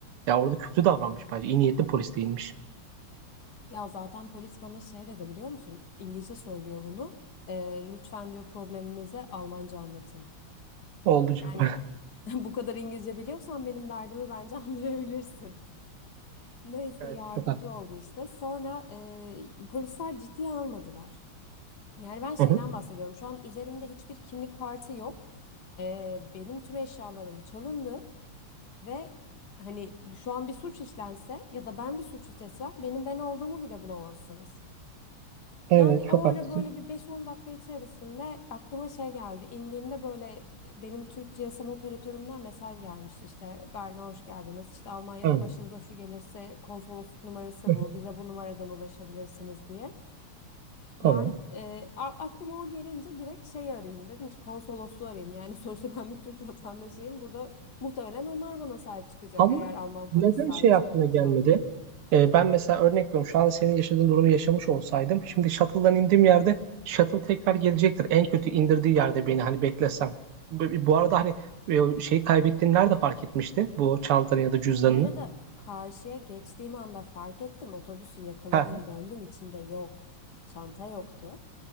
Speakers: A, on the right; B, on the left.
A: ya orada kötü davranmış bence. İyi niyetli polis değilmiş.
B: Ya zaten polis bana şey dedi biliyor musun? İngilizce söylüyor bunu. E, lütfen diyor probleminize Almanca anlatın.
A: Oldu canım.
B: Yani
A: <laughs>
B: <laughs> bu kadar İngilizce biliyorsan benim derdimi bence <laughs> anlayabilirsin. Neyse
A: Evet
B: yardımcı
A: çok haklısın.
B: oldu işte. Sonra e, polisler ciddiye almadılar. Yani ben şeyden
A: Hı hı.
B: bahsediyorum. Şu an üzerimde hiçbir kimlik kartı yok. Ee, benim tüm eşyalarım çalındı ve hani şu an bir suç işlense ya da ben bir suç işlesem benim ben olduğumu bile bulamazsınız.
A: Evet
B: Yani
A: çok
B: o
A: haklısın.
B: ara böyle bir 5-10 dakika içerisinde aklıma şey geldi. İndiğimde böyle benim Türk GSM operatörümden mesaj gelmişti işte Berlin'e hoş geldiniz. İşte Almanya'da
A: Evet.
B: başınıza şu gelirse konsolosluk numarası
A: Hı hı.
B: bu. Bize bu numaradan ulaşabilirsiniz diye.
A: Tamam.
B: Ben e, a- aklıma o gelince direkt şeyi arayayım dedim ki konsolosluğu arayayım. Yani <laughs> sonuçta ben bir Türk vatandaşıyım. Burada muhtemelen onlar bana sahip çıkacak
A: Ama
B: eğer Alman polisi
A: neden
B: sahip
A: şey
B: çıkmıyorsa.
A: aklına gelmedi? Ee, ben mesela örnek veriyorum. Şu an senin yaşadığın durumu yaşamış olsaydım. Şimdi shuttle'dan indiğim yerde shuttle tekrar gelecektir. En kötü indirdiği yerde beni hani beklesem. Bu bu arada hani e, şeyi kaybettiğini nerede fark etmiştin? Bu çantanı ya da cüzdanını.
B: Bu arada karşıya geçtiğim anda fark ettim otobüsü yakaladım
A: Ha,
B: döndüm içinde yok. Çanta yoktu.